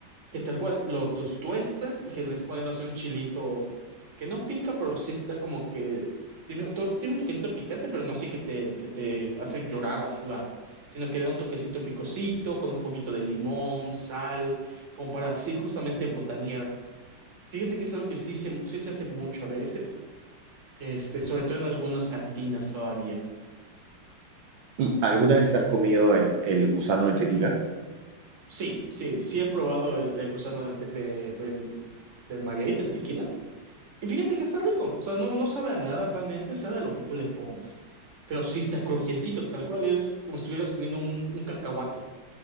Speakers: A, on the right; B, on the right.
A: que tal cual lo- los tuestan y que les ponen, no sé, un chilito que no pica, pero sí está como que tiene, un to- tiene un toquecito picante, pero no así que te, que te hace llorar o sudar, sino que da un toquecito picosito con un poquito de limón, sal, como para así justamente botanear. Fíjate que es algo que sí se, sí se hace mucho a veces, este, sobre todo en algunas cantinas todavía.
B: ¿Y alguna vez te has comido el, el gusano del tequila?
A: Sí, sí, sí he probado el, el gusano de te- de- del, del maguey, del tequila. Y fíjate que está rico, o sea, no, no sabe a nada realmente, sabe a lo que tú le pongas. Pero sí está crujientito, tal cual es como si estuvieras comiendo un, un cacahuate,